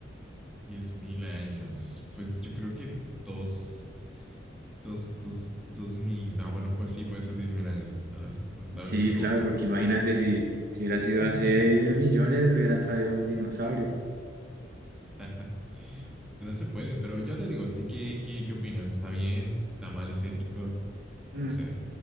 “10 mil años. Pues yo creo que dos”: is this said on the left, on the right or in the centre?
Centre